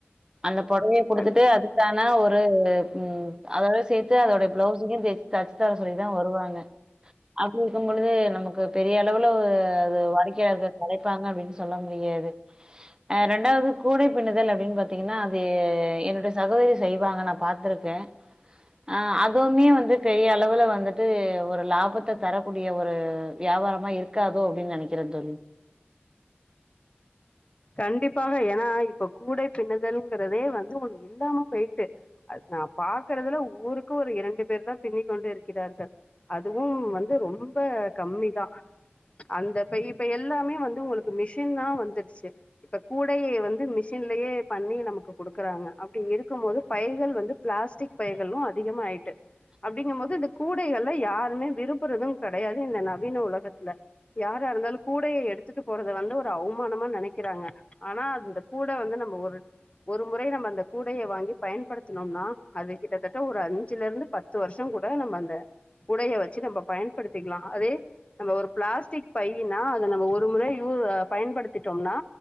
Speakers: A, on the right; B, on the left.
A: அந்த பொடவய குடுத்துட்டு
B: கண்டிப்பா
A: அது தான ஒரு ம் அதாவது அதோடய பிளவுஸயும் சேத்து தச்சு தர சொல்லி தா வருவாங்க அப்டி இருக்கு பொழுது நமக்கு பெரிய அளவுல அது வாடிக்கையளர்கள் கிடைப்பாங்க அப்டின்னு சொல்ல முடியாது ரெண்டாவது கூடை பின்ணுதல் அப்டின்னு பாத்திங்கன்னா அது என்னுடைய சகோதரி செய்வாங்க நா பாத்துருக்கே ஆ அதுவுமே வந்து பெரிய அளவுல வந்துட்டு ஒரு லாபத்த தரக்கூடிய ஒரு வியாபாரமா இருக் இருக்காதோ அப்டின்னு நெனக்கிறே தோழி
B: கண்டிப்பாக ஏன்னா இப்ப கூடை பின்னுதல்ங்கிறதே வந்து ஒண்ணு இல்லாம போயிட்டு அது நா பாக்குறதுல ஊருக்கு ஒரு இரண்டு பேர் தா பின்னி கொண்டு இருக்கிறார்கள் அதுவு வந்து ரொம்ப கம்மி தா அந்தப்ப இப்ப எல்லாமே வந்து உங்களுக்கு மிஷின்னா வந்துடுச்சு இப்ப கூடையை வந்து மிஷின்லயே பண்ணி நமக்கு குடுக்குறாங்க அப்டி இருக்கும் போது பயிர்கள் வந்து பிளாஸ்டிக் பைகளு அதிகமா ஆயிட்டு அப்படிங்கு போது இந்த கூடைகள்ல யாருமே விரும்ப்புறது கிடையாது இந்த நவீன உலகத்துல யாரா இருந்தாலு கூடையை எடுத்துட்டு போறத வந்து ஒரு அவமானமா நினைக் க்கிறாங்க ஆனா அந்த கூட வந்து நம்ம ஒரு ஒரு முறை நம்ம அந்த கூடைய வாங்கி பயன்படுத்தனும்னா அது கிட்டத்தட்ட ஒரு அஞ்சுல இருந்து பத்து பத்து வருஷோ கூட நம்ம அந்த கூடைய வச்சு நம்ம பயன்படுத்திக்கிலா அதே நம்ம ஒரு பிளாஸ்டிக் பையினா அத நம்ம ஒரு முறை யூ பயன்படுத்திட்டோனா